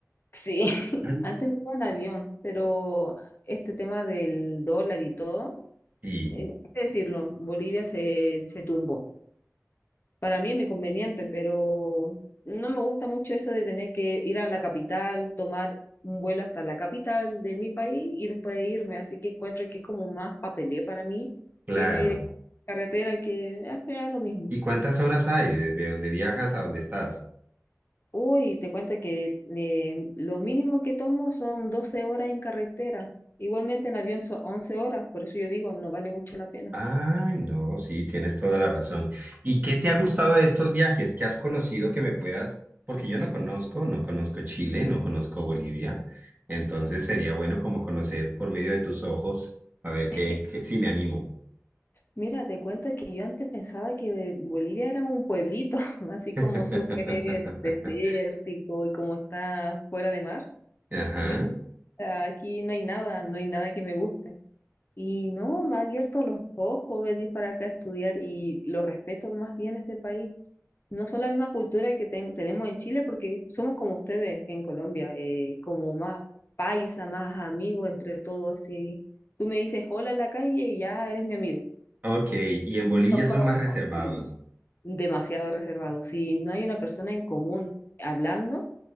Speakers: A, on the left; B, on the right.
A: Sí, <laughs>
B: Ah.
A: antes me iba en avión, pero este tema del dólar y todo,
B: Y
A: eh, hay que decirlo, Bolivia se, se tumbó. Para mí es mi conveniente, pero no me gusta mucho eso de tener que ir a la capital, tomar un vuelo hasta la capital de mi país y después de irme. Así que encuentro que es como más papeleo para mí
B: claro,
A: que irme directo a la carretera, que al final es lo mismo.
B: ¿y cuántas horas hay desde donde viajas a donde estás?
A: Uy, te cuento que eh, lo mínimo que tomo son 12 horas en carretera. Igualmente en avión son 11 horas, por eso yo digo, no vale mucho la pena.
B: Ay, no, sí, tienes toda la razón. ¿Y qué te ha gustado de estos viajes? ¿Qué has conocido que me puedas? Porque yo no conozco, no conozco Chile, no conozco Bolivia. Entonces sería bueno como conocer por medio de tus ojos, a ver qué,
A: <laughs>
B: qué, si me animo.
A: Mira, te cuento que yo antes pensaba que Bolivia era un pueblito, <laughs> así
B: <laughs>
A: como súper desértico y como está fuera de mar.
B: Ajá.
A: Dije, "Ah, aquí no hay nada, no hay nada que me guste. Y no, me ha abierto los ojos venir para acá a estudiar y lo respeto más bien este país. no son la misma cultura que ten- tenemos en Chile, porque somos como ustedes en Colombia, eh, como más paisa, más amigos entre todos, así. Tú me dices hola en la calle y ya eres mi amigo.
B: Ok, y en Bolivia
A: Nos conocemos.
B: son más reservados.
A: Demasiado reservado. Si no hay una persona en común hablando,